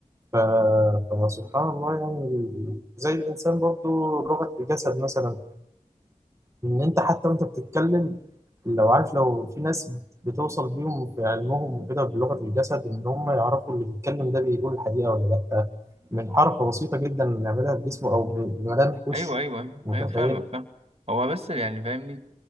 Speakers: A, on the right (about 20°); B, on the right (about 50°).
A: ف- فسبحان الله يعني ال- زي الإنسان برضو لغة الجسد مثلا إن أنت حتى وأنت بتتكلم لو عارف لو في ناس بتوصل بيهم في علمهم وكده بلغة الجسد إن هم يعرفوا اللي بيتكلم ده بيقول الحقيقة ولا لأ من حركة بسيطة جدا بنعملها بجسمه أو ب- بملامح وشه
B: ايوه ايوه
A: متخيل؟
B: ايوه فاهمك فاهم هو بس يعني فاهمني